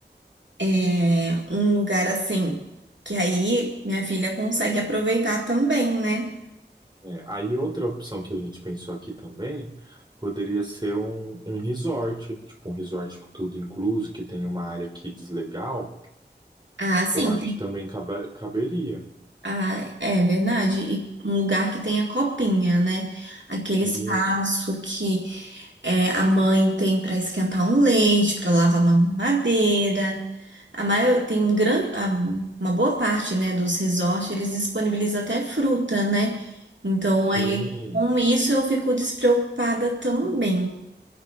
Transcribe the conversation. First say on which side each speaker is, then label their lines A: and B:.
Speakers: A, on the right; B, on the right.
A: é, um lugar assim, que aí minha filha consegue aproveitar também, né?
B: É, aí outra opção que a gente pensou aqui também poderia ser um, um resort, tipo um resort com tudo incluso, que tem uma área kids legal.
A: Ah, sim,
B: Eu acho que também caba- caberia.
A: Ah, é verdade. E um lugar que tem a copinha, né? Aquele
B: Isso.
A: espaço que é, a mãe tem para esquentar um leite, para lavar uma mamadeira. A maior, tem um grande, a- uma boa parte, né, dos resorts, eles disponibilizam até fruta, né? Então aí
B: Sim.
A: com isso eu fico despreocupada também.